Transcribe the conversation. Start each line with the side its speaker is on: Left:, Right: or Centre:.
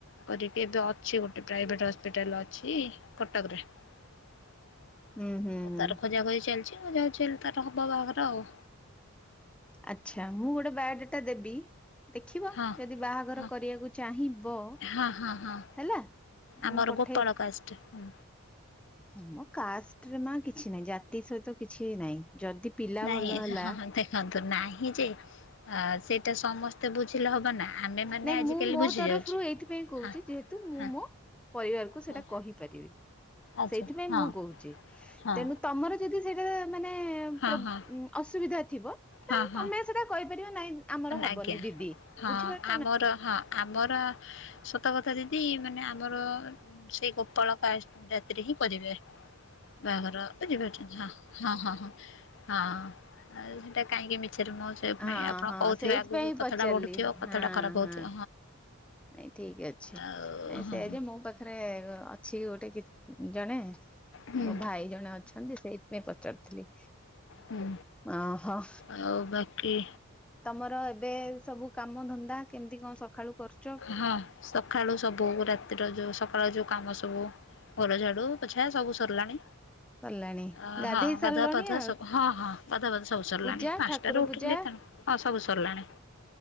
Left: କରିକି ଏବେ ଅଛି ଗୋଟେ ପ୍ରାଇଭେଟ ହସ୍ପିଟାଲ ଅଛି କଟକରେ। ଆଉ
Centre: ହୁଁ ହୁଁ ହୁଁ।
Left: ତାର ଖୋଜାଖୋଜି ଚାଲିଛି ଆଉ <unintelligible> ତାର ହବ ବାହାଘର ଆଉ।
Centre: ଆଚ୍ଛା ମୁଁ ଗୋଟେ ବାୟୋ ଡାଟା ଦେବି। ଦେଖିବ
Left: ହଁ।
Centre: ଯଦି ବାହାଘର
Left: ହଁ
Centre: କରିବାକୁ ଚାହିଁବ
Left: ହଁ ହଁ ହଁ
Centre: ହେଲା।
Left: ଆମର
Centre: ମୁଁ ପଠେଇ
Left: ଗୋପାଳ କାଷ୍ଟ। ହୁଁ।
Centre: ହଁ ମ କାଷ୍ଟରେ ମା କିଛି ନାହିଁ ଜାତି ସହିତ କିଛି ନାଇଁ ଯଦି ପିଲା
Left: ନାଇଁ
Centre: ଭଲ ହେଲା।
Left: ହଁ ହଁ ଦେଖନ୍ତୁ ନାହିଁ ଯେ ଆ ସେଇଟା ସମସ୍ତେ ବୁଝିଲେ ହବ ନା। ଆମେ ମାନେ
Centre: ନାଇଁ
Left: ଆଜିକାଲି
Centre: ମୁଁ ମୋ
Left: ବୁଝି
Centre: ତରଫରୁ
Left: ଯାଉଛୁ।
Centre: ଏଇଥିପାଇଁ କହୁଛି
Left: ହଁ
Centre: ଯେହେ ତୁ ମୁଁ
Left: ହଁ
Centre: ମୋ ପରିବାରକୁ ସେଟା
Left: ହଁ
Centre: କହିପାରିବି।
Left: ଆଚ୍ଛା
Centre: ସେଇଥିପାଇଁ
Left: ହଁ
Centre: ମୁଁ କହୁଛି
Left: ହଁ।
Centre: ତେଣୁ ତମର ଯଦି ସେଇଟା ମାନେ
Left: ହଁ
Centre: ପ୍ରୋ
Left: ହଁ
Centre: ଉଁ ଅସୁବିଧା ଥିବ। ଦେନ୍
Left: ହଁ ହଁ।
Centre: ତମେ ସେଟା କହିପାରିବା ନାଇଁ ଆମର ହବନି
Left: ଆଜ୍ଞା
Centre: ଦିଦି
Left: ହଁ
Centre: ବୁଝିପାର
Left: ଆମର ହଁ ଆମର ସତ କଥା ଦିଦି ମାନେ ଆମର। ସେଇ ଗୋପାଳ କାସ୍ଟ ଜାତିରେ ହିଁ କରିବେ। ବାହାଘର ବୁଝି ପାରୁଛନ୍ତି ହଁ ହଁ ହଁ ହଁ ହଁ। ଆଉ ସେଇଟା କାହିଁକି ମିଛରେ ମୁଁ ସେ
Centre: ହଁ
Left: ପାଇଁ ଆପଣ
Centre: ହଁ
Left: କହୁଥିବେ
Centre: ସେଇଥିପାଇଁ
Left: ଆଗକୁ କଥାଟା
Centre: ପଚାରିଲି।
Left: ବଢୁଥିବ କଥାଟା
Centre: ହଁ
Left: ଖରାପ ହଉଥିବ
Centre: ହଁ। ନାଇଁ ଠିକ ଅଛି
Left: ଆଉ
Centre: ନାଇଁ
Left: ହଁ
Centre: ସେୟା ଯେ- ମୋ ପାଖରେ କ ଅଛି ଗୋଟେ କି ଜଣେ
Left: ହୁଁ
Centre: ମୋ ଭାଇ ଜଣେ ଅଛନ୍ତି ସେଇ। ପାଇଁ ପଚାରୁଥିଲି।
Left: ହୁଁ।
Centre: ଓହୋ।
Left: ଆଉ ବାକି।
Centre: ତମର ଏବେ ସବୁ କାମ ଧନ୍ଦା କେମିତି କଣ ସକାଳୁ କରୁ
Left: ହଁ ସକାଳୁ ସବୁ ରାତିର ଯୋଉ ସକାଳୁ ଯୋଉ କାମ ସବୁ। ଘର ଝାଡୁ ପୋଛା ସବୁ ସରିଲାଣି।
Centre: ସରିଲାଣି
Left: ଅ
Centre: ଗାଧେଇ
Left: ହଁ ଗାଧୁଆ
Centre: ସାରିଲଣି
Left: ପାଧୁଆ
Centre: ଆଉ
Left: ସବୁ ହଁ ହଁ ଗାଧୁଆ ପାଧୁଆ ସବୁ ସରିଲାଣି
Centre: ପୂଜା
Left: ପାନସ
Centre: ଠାକୁର
Left: ଟାରୁ ଉଠିଲି
Centre: ପୂଜା
Left: ତା ହଁ ସବୁ ସରିଲାଣି।